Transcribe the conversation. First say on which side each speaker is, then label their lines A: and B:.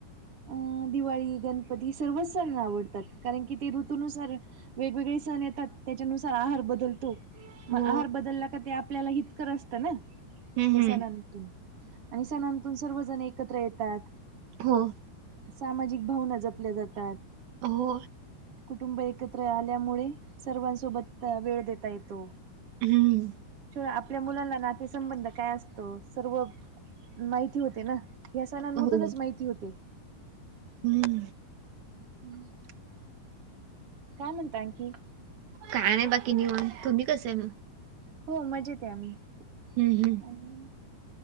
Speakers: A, on the right; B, on the right.
A: अं दिवाळी गणपती सर्वच सण आवडतात कारण की ते ऋतनुसार वेगवेगळे सण येतात त्याच्यानुसार आहार बदलतो मग
B: हो
A: आहार बदलला का ते आप आपल्याला हितकर असतं ना
B: हम्म
A: ते
B: हम्म
A: सनांतून. आणि सणांतून सर्वजण एकत्र येतात.
B: हो.
A: सामाजिक भावना जपल्या जातात
B: हो
A: कुटुंब एकत्र आल्यामुळे सर्वांसोबत वेळ देता येतो
B: हम्म
A: च आपल्या मुलांना नातेसंबंध काय असत त सर्व माहिती होते ना या सणांमधूनच
B: हो
A: माहिती होते
B: हम्म
A: <inaudible> काय म्हणताय आणखी
B: काय नाही बाकी निवांत तुम्ही कसे आहे
A: हो मजेत आहे आम्ही आणि
B: हम्म हम्म